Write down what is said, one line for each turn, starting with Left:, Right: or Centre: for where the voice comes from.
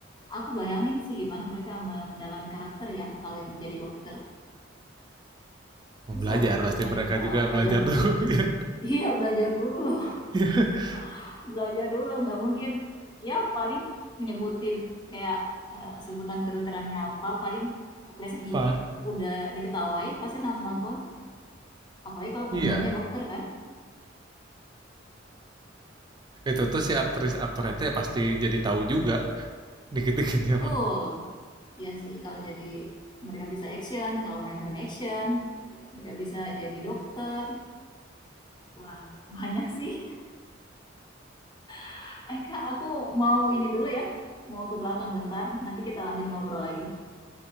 Left: aku bayangin sih gimana mereka mendalami karakter ya kalau yang jadi dokter
Right: Mau
Left: susah
Right: belajar
Left: loh itu
Right: pasti
Left: nyari
Right: mereka
Left: tahu
Right: juga
Left: belajar
Right: belajar dulu
Left: dulu
Right: ya.
Left: <laughs> iya belajar dulu loh
Right: <laughs>
Left: <laughs> belajar dulu nggak mungkin ya paling menyebutin kayak eh, sebutan kedokterannya apa paling kepleset dikit
Right: Apa?
Left: udah diketawain pasti sama penonton apalagi kalau penontonnya
Right: Iya.
Left: dokter kan
Right: Itu tuh si aktris aktornya tuh ya pasti jadi tahu juga dikit-dikitnya
Left: Betul.
Right: mah.
Left: Iya sih, kalau jadi mereka bisa action, kalau main film action, mereka bisa jadi dokter. Wah, banyak sih. <laughs> Eka, aku mau ini dulu ya. Mau ke belakang bentar, nanti kita lanjut ngobrol lagi.